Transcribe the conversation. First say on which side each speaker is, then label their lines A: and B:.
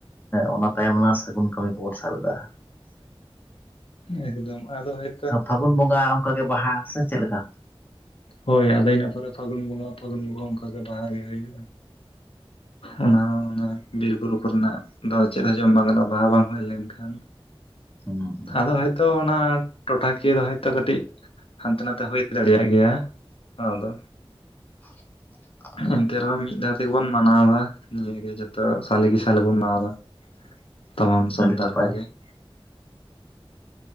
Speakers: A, on the left; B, on the left.
A: ᱚᱱᱟ ᱛᱟᱭᱚᱢ ᱵᱚᱱ ᱠᱟᱹᱢᱤ ᱠᱚᱵᱚᱱ ᱥᱟᱵ ᱮᱫᱟ ᱾
B: ᱮᱠᱫᱚᱢ ᱟᱫᱚ ᱦᱳᱭ
A: ᱯᱷᱟᱹᱜᱩᱱ ᱵᱚᱸᱜᱟ ᱚᱱᱠᱟᱜ ᱜᱮ ᱵᱟᱦᱟ ᱥᱮ ᱪᱮᱫ ᱞᱮᱠᱟ?
B: ᱦᱳᱭ ᱟᱫᱚ ᱤᱱᱟ ᱯᱚᱨᱮ ᱯᱷᱟᱹᱜᱩᱱ ᱵᱚᱸᱜᱟ ᱯᱷᱟᱹᱜᱩᱱ ᱵᱚᱸᱜᱟ ᱚᱱᱠᱟᱜᱮ ᱵᱟᱦᱟ ᱜᱮ ᱦᱩᱭᱩᱜ-ᱟ᱾
A: <inaudible>
B: ᱚᱱᱟ ᱦᱚᱸ ᱚᱱᱮ ᱵᱤᱨ ᱵᱩᱨᱩ ᱠᱚᱨᱮᱱᱟᱜ ᱫᱚ ᱪᱮᱫ ᱦᱚᱸ ᱡᱚᱢ ᱵᱟᱝ ᱜᱟᱱᱚᱜ-ᱟ ᱵᱟᱦᱟ ᱵᱟᱝ ᱦᱩᱭ ᱞᱮᱱᱠᱷᱟᱱ
A: ᱦᱩᱸ ᱦᱩᱸ
B: ᱟᱫᱚ ᱦᱚᱭᱛᱳ ᱚᱱᱟ ᱴᱚᱴᱷᱟᱠᱤᱭᱟᱹ ᱫᱚ ᱦᱳᱭᱛᱳ ᱠᱟᱹᱴᱤᱡ ᱦᱟᱱᱛᱮ ᱱᱟᱛᱮ ᱦᱩᱭ ᱫᱟᱲᱮᱭᱟᱜ ᱜᱮᱭᱟ ᱟᱫᱚ
A: <inaudible>
B: ᱮᱱᱛᱮ ᱨᱮᱦᱚᱸ ᱢᱤᱫ ᱫᱷᱟᱣ ᱛᱮᱜᱮᱵᱚᱱ ᱢᱟᱱᱟᱣ ᱫᱟ ᱱᱤᱭᱟᱹᱜᱮ ᱡᱚᱛᱚ ᱥᱟᱞᱮ ᱜᱮ ᱥᱟᱞᱮ ᱵᱚᱱ ᱢᱟᱱᱟᱣ ᱫᱟ ᱾
A: <inaudible>
B: ᱛᱟᱢᱟᱢ ᱥᱟᱱᱛᱟᱲ
A: ᱟᱹᱰᱤ ᱱᱟᱯᱟᱭ
B: ᱠᱚᱜᱮ ᱾